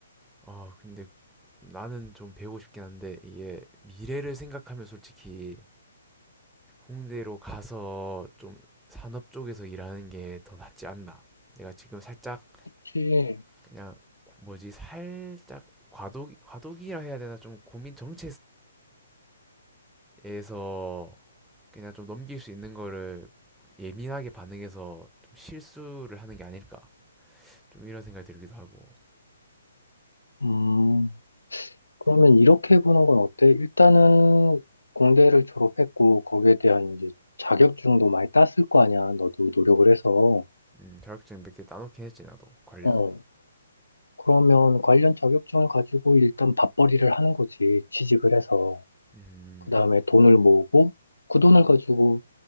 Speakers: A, in the centre; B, on the left.
A: 아 근데 나는 좀 배우고 싶긴 한데 이게 미래를 생각하면 솔직히 홍대로 가서 좀 산업 쪽에서 일하는 게 더 낫지 않나. 내가 지금 살짝
B: 그치.
A: 그냥 뭐지 살짝 과도기 과도기라 해야 되나 좀 고민 정체 정체기에서 그냥 좀 넘길 수 있는 거를 예민하게 반응해서 좀 실수를 하는 게 아닐까. 좀 이런 생각이 들기도 하고.
B: 음, 그러면 이렇게 해보는 건 어때? 일단은 공대를 졸업했고, 거기에 대한 이제 자격증도 많이 땄을 거 아니야. 너도 노력을 해서.
A: 음, 자격증 몇 개 따놓긴 했지 나도 관련.
B: 어. 그러면 관련 자격증을 가지고 일단 밥벌이를 하는 거지. 취직을 해서.
A: 음.
B: 그 다음에 돈을 모으고 그 돈을 가지고